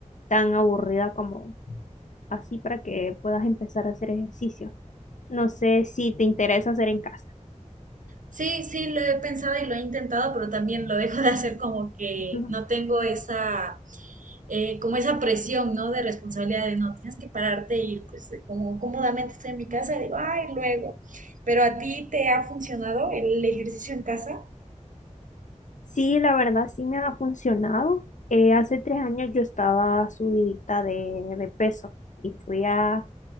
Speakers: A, on the left; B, on the right.
A: tan aburrida como así para que puedas empezar a hacer ejercicio. No sé si te interesa hacer en casa.
B: Sí, sí, lo he pensado y lo he intentado, pero también lo dejo de hacer como que
A: <laughs>
B: no tengo esa, eh, como esa presión, ¿no? De responsabilidad de no, tienes que pararte y pues como cómodamente estoy en mi casa, digo, ay, luego. Pero a ti te ha funcionado el ejercicio en casa?
A: Sí, la verdad sí me ha funcionado. Eh, hace tres años yo estaba subidita de, de peso y fui a,